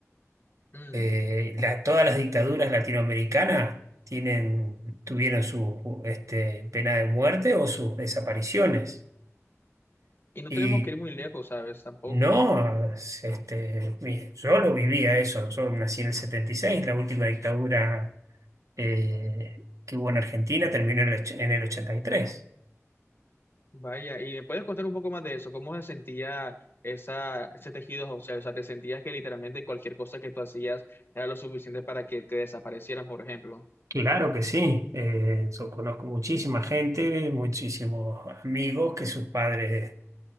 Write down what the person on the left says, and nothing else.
Mm.
Y no
tenemos que ir muy lejos, ¿sabes? Tampoco.
Vaya, y me puedes contar un poco más de eso, cómo se sentía esa, ese tejido óseo, o sea, te sentías que literalmente cualquier cosa que tú hacías era lo suficiente para que te desaparecieran, por ejemplo.